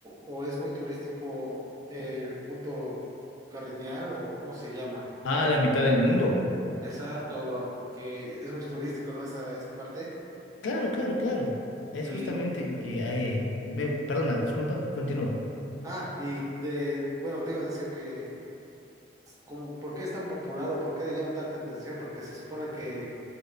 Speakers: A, on the right; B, on the left.
A: o es muy turístico el punto Carriñal o cómo se llama.
B: A la mitad del mundo.
A: Exacto, bro, que es muy turístico, ¿no? Esa, esa parte.
B: Claro, claro, claro. Es
A: Y,
B: justamente, eh, eh, ve- perdona, disculpa, continúa.
A: ah, y de, bueno, te iba a decir que, como, ¿por qué es tan popular o por qué le llama tanta atención? Porque se supone que